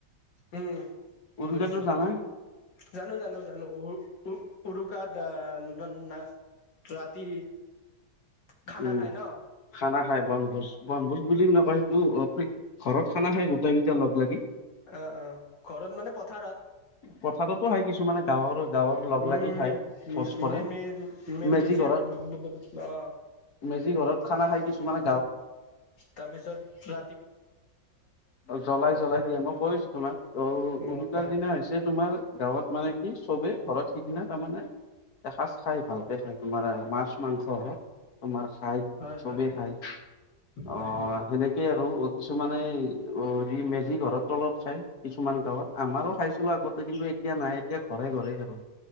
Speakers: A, on the left; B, on the left.
A: উম,
B: উৰুকাটো
A: বুজিছো,
B: জানা
A: জানো, জানো, জানো উ উ উৰুকাত আহ ৰা ৰাতি খানা
B: উম,
A: খাই ন
B: খানা খাই বন ভোজ-বনভোজ বুলি নকয় <unintelligible> ঘৰত খানা খাই গোটাই কেইটা লগ লাগি।
A: অ অ ঘৰত মানে পথাৰত
B: পথাৰতো হয় কিছু মানে গাঁৱৰ গাঁৱৰ লগ
A: উম,
B: লাগি খাই
A: ম
B: ভোজ কৰে
A: মেমে, মেমেজিৰ,
B: মেজি ঘৰত
A: ব ব অ
B: মেজি ঘৰত খানা খাই কিছুমানে
A: তাৰপিছত ৰা
B: জ্বলাই-জ্বলাই দিয়ে, মই কৈছো তোমাক অ
A: উম
B: উৰুকা
A: কোৱা
B: দিনা হৈছে তোমাৰ গাঁৱত মানে কি চবে ঘৰত সিদিনা তাৰমানে কাছ খাই ভালকৈ খায় তোমাৰ এ মাছ মাংস তোমাৰ খায়
A: হয়
B: চবেই
A: হয়
B: খায়
A: হয়।
B: সেনেকেই আৰু টো মানে অ মে ঘৰত তলত খাই কিছুমান গাঁৱত আমাৰো খাইছিলো আগতে কিন্তু এতিয়া নাই এতিয়া ঘৰে ঘৰে আৰু